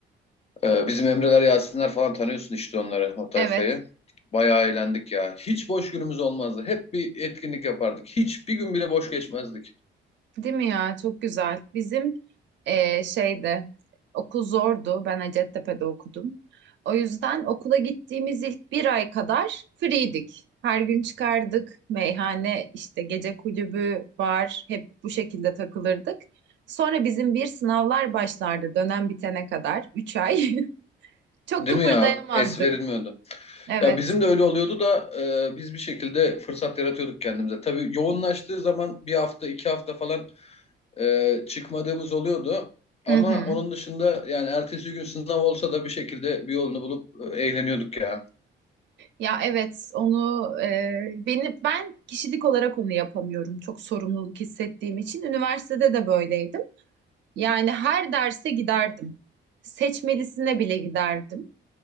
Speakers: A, on the left; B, on the right.
A: Ee, bizim Emreler, Yasinler falan tanıyorsun işte onları, o tayfayı.
B: Evet.
A: Bayağı eğlendik ya. Hiç boş günümüz olmazdı. Hep bir etkinlik yapardık. Hiç bir gün bile boş geçmezdik.
B: Değil mi ya? Çok güzel. Bizim eee şeyde okul zordu. Ben Hacettepe'de okudum. O yüzden okula gittiğimiz ilk bir ay kadar free'dik. Her gün çıkardık. Meyhane, işte gece kulübü, bar hep bu şekilde takılırdık. Sonra bizim bir sınavlar başlardı dönem bitene kadar. Üç ay. <laughs> Çok
A: Değil
B: kıpırdayamazdık.
A: mi ya? Es verilmiyordu.
B: Evet.
A: Ya bizim de öyle oluyordu da e, biz bir şekilde fırsat yaratıyorduk kendimize. Tabii yoğunlaştığı zaman bir hafta, iki hafta falan e, çıkmadığımız oluyordu.
B: Hı
A: Ama
B: hı.
A: onun dışında yani ertesi gün sınav olsa da bir şekilde bir yolunu bulup e, eğleniyorduk ya.
B: Ya evet onu e, beni ben kişilik olarak onu yapamıyorum çok sorumluluk hissettiğim için üniversitede de böyleydim. Yani her derse giderdim. Seçmelisine bile giderdim.